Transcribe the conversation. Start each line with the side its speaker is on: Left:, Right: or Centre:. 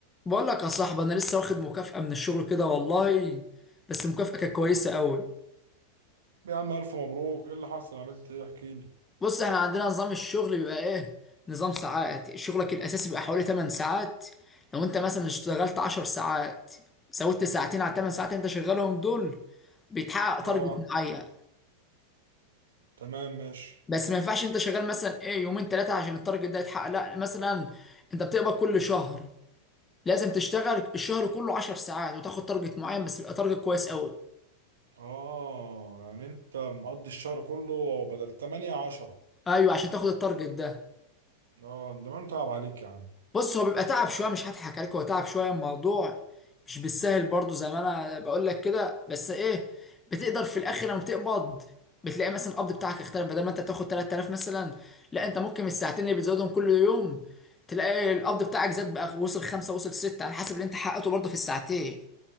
Left: بقول لك يا صاحبي انا لسه واخد مكافأة من الشغل كده والله بس المكافأة كانت كويسة قوي
Right: يا عم ألف مبروك إيه اللي حصل عملت إيه احكي لي
Left: بص احنا عندنا نظام الشغل بيبقى ايه نظام ساعات شغلك الاساسي بيبقى حوالي 8 ساعات لو انت مثلا اشتغلت 10 ساعات زودت ساعتين على 8 ساعات انت شغالهم دول بيتحقق تارجت
Right: آه
Left: معين
Right: تمام ماشي
Left: بس ما ينفعش انت شغال مثلا ايه يومين ثلاثة عشان التارجت ده يتحقق لا مثلا انت بتقبض كل شهر لازم تشتغل الشهر كله 10 ساعات وتاخد تارجت معين بس يبقى تارجت كويس قوي
Right: آه يعني أنت مقضي الشهر كله بدل تمانية عشرة
Left: ايوه عشان تاخد التارجت ده
Right: آه ده ما أنا متعب عليك يا عم
Left: بص هو بيبقى تعب شويه مش هضحك عليك هو تعب شويه الموضوع مش بالسهل برضو زي ما انا بقول لك كده بس ايه بتقدر في الاخر لما بتقبض بتلاقي مثلا القبض بتاعك اختلف بدل ما انت بتاخد 3000 مثلا لا انت ممكن الساعتين اللي بتزودهم كل يوم تلاقي القبض بتاعك زاد بقى وصل خمسة وصل ستة على حسب اللي انت حققته برضه في الساعتين